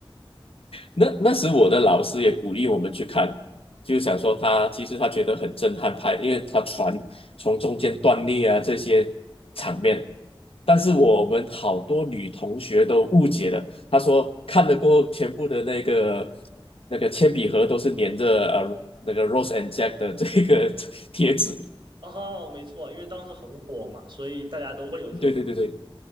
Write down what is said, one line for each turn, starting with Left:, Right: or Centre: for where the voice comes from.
Left: 那那时我的老师也鼓励我们去看，就想说他其实他觉得很震撼拍，因为他船从中间断裂啊这些场面。但是我们好多女同学都误解了，她说看得过后全部的那个那个铅笔盒都是粘着呃那个 Rose and Jack 的这个 <laughs> 贴纸。
Right: 哦，没错，因为当时很火嘛，所以大家都会有这种。
Left: 对对对对，